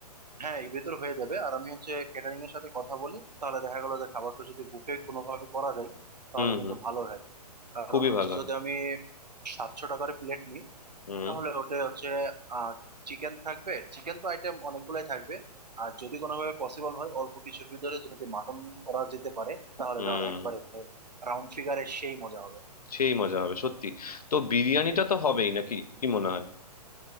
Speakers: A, on the right (about 75°); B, on the left (about 65°).
A: হ্যাঁ এর ভিতর হয়ে যাবে আর আমি হচ্ছে ক্যাটারিং এর সাথে কথা বলি তাহলে দেখা গেলো যে খাবারটা যদি বুফে কোনোভাবে করা যায় তাহলে
B: হুম
A: কিন্তু
B: হুম
A: ভালো হয় কারণ
B: খুবই
A: হচ্ছে
B: ভালো হয়
A: যদি আমি সাতশো টাকার প্লেট নিই
B: হুম
A: তাহলে ওটা হচ্ছে আহ চিকেন থাকবে চিকেন তো আইটেম অনেকগুলাই থাকবে আর যদি কোনোভাবে পসিবল হয় অল্প কিছুর ভিতরে যদি মাটন করা যেতে পারে তাহলে
B: হুম
A: ধর একবারে রাউন্ড ফিগারে সেই মজা হবে
B: সেই মজা হবে সত্যি তো বিরিয়ানিটা তো হবেই নাকি কি মনে হয়